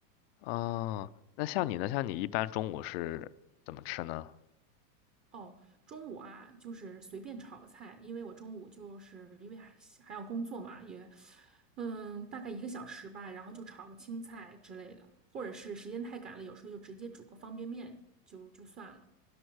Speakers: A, on the left (about 40°); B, on the right (about 15°).
A: 哦，那像你呢？像你一般中午是怎么吃呢？
B: 哦，中午啊，就是随便炒个菜，因为我中午就是因为还还要工作嘛，也，嗯，大概一个小时吧，然后就炒个青菜之类的，或者是时间太赶了，有时候就直接煮个方便面就就算了。